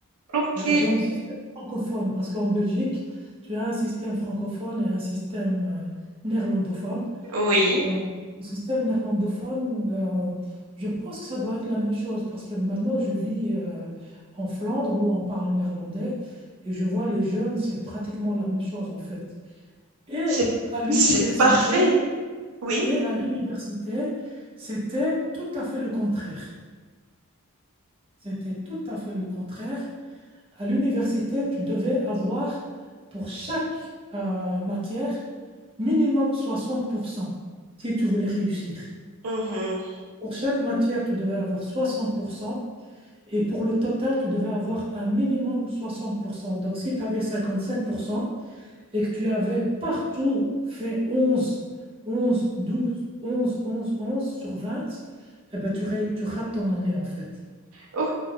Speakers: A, on the right (about 70°); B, on the right (about 25°).
A: Ok,
B: euh, dans le système francophone, parce qu'en Belgique, tu as un système francophone et un système euh, néerlandophone.
A: oui,
B: Euh, le système néerlandophone, euh, je pense que ça doit être la même chose, parce que maintenant, je vis euh, en Flandre où on parle néerlandais, et je vois les jeunes, c'est pratiquement la même chose en fait. Et
A: c'est,
B: à l'université,
A: c'est parfait. Oui.
B: et à l'université, c'était tout à fait le contraire. C'était tout à fait le contraire. À l'université, tu devais avoir pour chaque euh, matière minimum 60% si tu voulais réussir.
A: Mhm.
B: Pour chaque matière, tu devais avoir 60% et pour le total, tu devais avoir un minimum 60%. Donc, si tu avais 55% et que tu avais partout fait 11, 11, 12, 11, 11, 11 sur 20, eh ben, tu, ré- tu rates ton année en fait.
A: Ok,